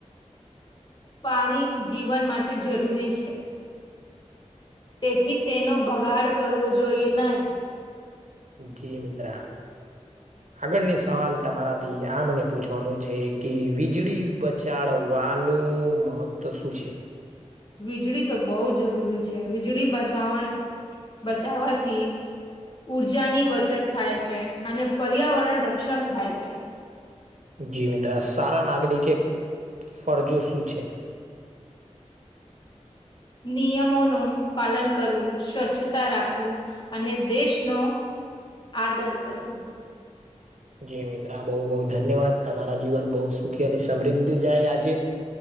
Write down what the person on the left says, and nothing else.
પાણી જીવન માટે જરૂરી છે. તેથી તેનો ભગાડ કરવો જોઈએ નહી.
વીજળી તો બહુ જરૂરી છે, વીજળી બચાવણ બચાવવાથી ઉર્જાની બચત થાય છે, અને પર્યાવરણ રક્ષણ થાય છે.
નિયમોનું પાલન કરવું, સ્વચ્છતા રાખવું, અને દેશનો આદર કરવો.